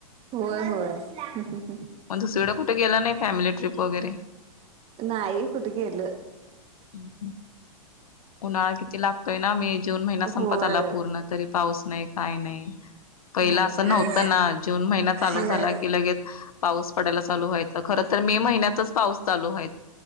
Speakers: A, on the right (about 30°); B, on the left (about 75°).
A: होय होय हम्म हम्म हम्म.
B: मग दुसरी कडे कुठे गेला नाही फॅमिली ट्रीप वगैरे?
A: नाही कुठं गेलं.
B: हम्म, हम्म. उन्हाळा किती लागतोय ना मे, जून महिना संपत
A: होय
B: आला पूर्ण तरी पाऊस नाही काय नाय. पहिला
A: नाही
B: असं नव्हतं ना जून महिना चालू
A: होय
B: झाला की लगेच पाऊस पडायला चालू व्हायचं खरं तर मे महिन्यातच पाऊस चालू व्हाय